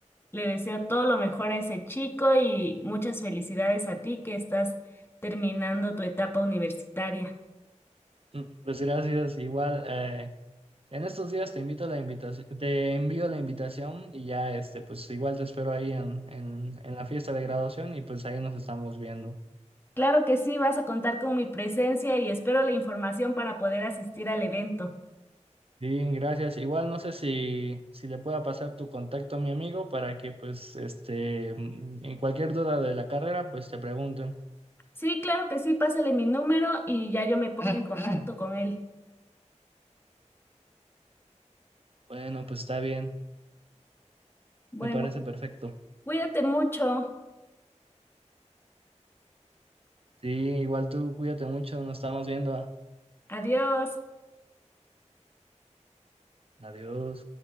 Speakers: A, on the left; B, on the right.
A: le deseo todo lo mejor a ese chico y muchas felicidades a ti que estás terminando tu etapa universitaria.
B: Mm, Pues gracias, igual eh, en estos días te invito la invitación, te envío la invitación y ya este, pues igual te espero ahí en, en, en la fiesta de graduación y pues ahí nos estamos viendo.
A: Claro que sí, vas a contar con mi presencia y espero la información para poder asistir al evento.
B: Sí, gracias. Igual no sé si, si le pueda pasar tu contacto a mi amigo para que pues este mm, en cualquier duda de la carrera pues te pregunten.
A: Sí, claro que sí, pásale mi número y ya yo me pongo en <clears throat> contacto con él.
B: Bueno, pues está bien,
A: Bueno,
B: me parece perfecto.
A: cuídate mucho.
B: Sí, igual tú cuídate mucho, nos estamos viendo.
A: Adiós.
B: Adiós.